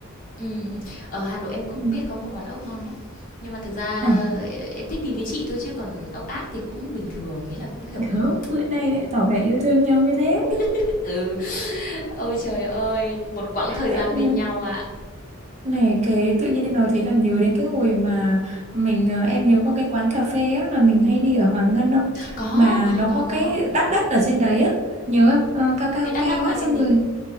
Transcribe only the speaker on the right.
Ừ.
à
gớm
bữa nay lại tỏ vẻ yêu thương nhau như thế
<laughs>
Này cái tự nhiên nói thế làm nhớ đến cái hồi mà mình ờ, em nhớ có cái quán cà phê á mà mình hay đi ở Hoàng Ngân không
mà
nó
có
cái đắp đất ở trên đấy á nhớ không Ờ, cao cao
cao
á
xong
rồi